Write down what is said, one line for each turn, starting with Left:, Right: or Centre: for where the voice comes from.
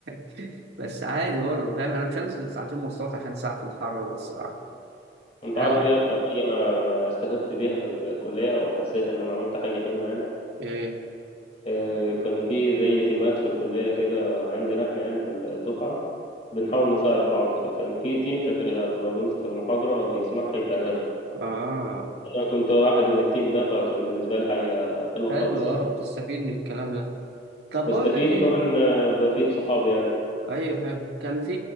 Right: <laughs> بس عادي برضه فاهم انا مش هنزل ساعتين مواصلات عشان ساعه في الحر ده الصراحه
Left: انت
Right: هلا
Left: عارف ايه اكتر حاجه انا استفدت بيها في الكليه او حسيت ان انا عملت حاجه حلوه يعني
Right: ايه
Left: إيه كان في زي تيمات في الكليه كده عندنا احنا يعني في الدفعه بنحاول نساعد بعض فكان في تيم تفريغات اللي هو بيمسك المحاضره بيسمعها يفرغها
Right: اه
Left: انا كنت واحد من التيم ده فكان بالنسبه لي حاجه حلوه خالص
Right: حلو
Left: يعني
Right: اه بتستفيد من الكلام ده طب
Left: بستفيد
Right: بقول لك ايه
Left: وكمان آه، بفيد صحابي يعني
Right: ايوه حلو كان في